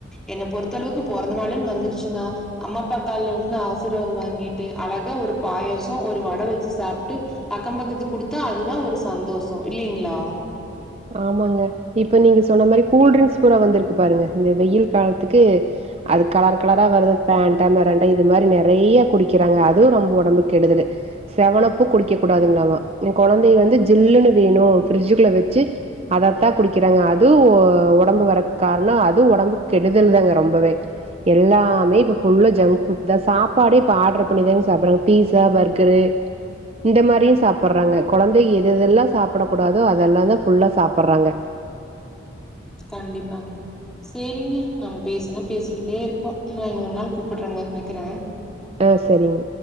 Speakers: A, in the centre; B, on the right (about 30°).
A: என்ன பொறுத்தளவுக்கு பொறந்த நாள்ன்னு வந்துருச்சுன்னா அம்மா அப்பா கால்ல விழுந்து ஆசீர்வாதம் வாங்கிட்டு அழகா ஒரு பாயாசோ ஒரு வடை வெச்சு சாப்பிட்டு அக்கம் பக்கத்துக்கு குடுத்தா அதுதா ஒரு சந்தோஷோ இல்லைங்ளா
B: ஆமாங்க இப்ப நீங்க சொன்ன மாரி கூல்ட்ரிங்க்ஸ் பூரா வந்திருக்கு பாருங்க இந்த வெயில் காலத்துக்கு அது கலர் கலரா வர்ரது ஃபேண்டா மிராண்டா இது மாரி நெறயா குடிக்கிறாங்க அதுவு ரொம்ப ஒடம்புக்கு கெடுதல் செவன் அப் குடிக்க கூடாதுங்ளாமா இந் கொழந்தைங்க வந்து ஜில்லுனு வேணு பிரிட்ஜ்குள்ள வெச்சு அதத்தா குடிக்கிறாங்க அதுவு ஒடம்பு வர்றக்கு காரணோ அதுவு ஒடம்புக்கு கெடுதல்தாங்க ரொம்பவே எல்லாமே இப்ப ஃபுல்லா ஜங்க் ஃபுட்தா சாப்பாடே இப்ப ஆர்டர் பண்ணிதாங்க சாப்பறாங்க பீஸா பர்கரு இந்த மாரியு சாப்பிடறாங்க கொழந்த எதெதெல்லா சாப்பிட கூடாதோ அதெல்லாதா ஃபுல்லா சாப்பிடறாங்க
A: கண்டிப்பாங்க சேரிங்க நாம பேசினா பேசிக்கிட்டே இப்போ நா இன்னொரு நாள் கூப்பிடறங்க வெக்கற
B: ஆஹ் செரிங்க